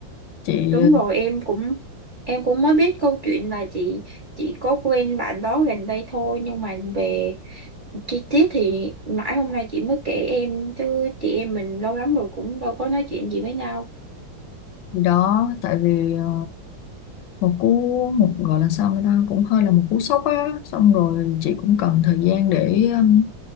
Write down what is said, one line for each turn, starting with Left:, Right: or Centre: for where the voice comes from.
Left: chị
Right: đúng rồi em cũng em cũng mới biết câu chuyện là chị chị có quen bạn đó gần đây thôi nhưng mà về chi tiết thì mãi hôm nay chị mới kể em chứ chị em mình lâu lắm rồi cũng đâu có nói chuyện gì với nhau
Left: thì đó tại vì ờ, một cú một gọi là sao người ta cũng hơi là một cú sốc á xong rồi chị cũng cần thời gian để um,